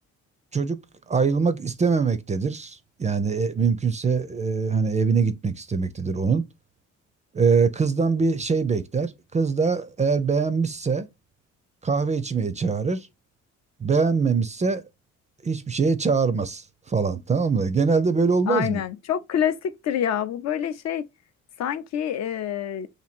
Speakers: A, on the right (about 25°); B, on the left (about 60°).
A: çocuk ayrılmak istememektedir. Yani e, mümkünse e, hani evine gitmek istemektedir onun. E, kızdan bir şey bekler. Kız da eğer beğenmişse kahve içmeye çağırır. Beğenmemişse hiçbir şeye çağırmaz falan tamam mı? Genelde böyle olmaz
B: Aynen.
A: mı?
B: Çok klasiktir ya. Bu böyle şey sanki e,